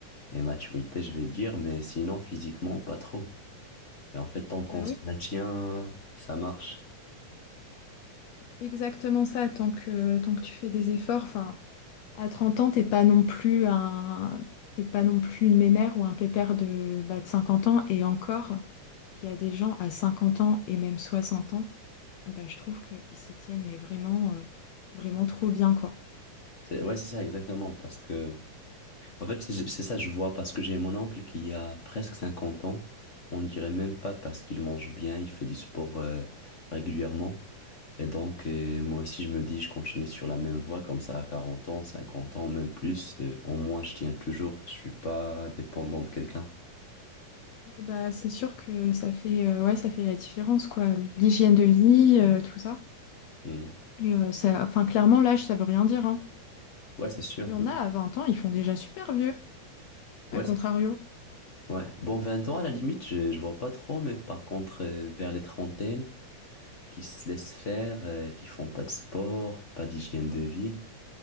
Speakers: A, on the left; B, on the left.
A: et maturité, je vais dire, mais sinon, physiquement, pas trop. Et en fait, tant qu'on
B: Bah
A: se
B: oui,
A: maintient, ça marche.
B: exactement ça. Tant que, tant que tu fais des efforts, enfin, à 30 ans, t'es pas non plus un, t'es pas non plus une mémère ou un pépère de, bah, de 50 ans. Et encore, il y a des gens à 50 ans et même soixante ans bah, je trouve qu'ils se tiennent, mais vraiment, euh, vraiment trop bien, quoi.
A: C'est- Ouais, c'est ça, exactement, parce que En fait, c'est c'est ça, je vois parce que j'ai mon oncle qui a presque 50 ans. On dirait même pas parce qu'il mange bien, il fait du sport euh, régulièrement. Et donc, euh, moi aussi, je me dis, je continue sur la même voie comme ça à 40 ans, 50 ans, même plus. euh, au moins, je tiens toujours, je suis pas dépendant de quelqu'un.
B: Bah, c'est sûr que ça fait, euh, ouais, ça fait la différence, quoi. L'hygiène de vie, euh, tout ça.
A: Mm.
B: Et euh, ça, enfin, clairement, l'âge, ça veut rien dire, hein.
A: Ouais, c'est sûr.
B: Il y en a à 20 ans, ils font déjà super vieux, à
A: Ouais,
B: contrario.
A: c'est- ouais. Bon, 20 ans à la limite, je, je vois pas trop, mais par contre, euh, vers les trentaines, qui se laissent faire, euh, qui font pas de sport, pas d'hygiène de vie.